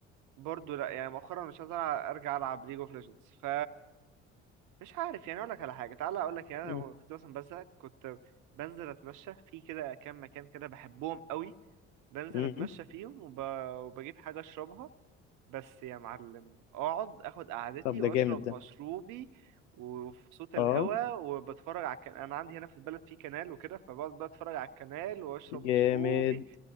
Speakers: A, on the right (about 60°); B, on the left (about 75°).
A: برضو لا يعني مؤخرا مش عايز ألع- ارجع العب ليج اوف ليجندز ف مش عارف يعني اقول لك على حاجه تعالى اقول لك يعني انا
B: مم.
A: لما كنت مثلا بزهق كنت بنزل اتمشى في كده كام مكان كده بحبهم قوي بنزل
B: مم.
A: اتمشى فيهم وب... وبجيب حاجه اشربها بس يا معلم اقعد اخد قعدتي
B: طب ده
A: واشرب
B: جامد ده
A: مشروبي وفي صوت الهوا
B: اه
A: وبتفرج على الكنال انا عندي هنا في البلد في كنال وكده فبقعد بقى اتفرج على الكنال واشرب
B: جامد
A: مشروبي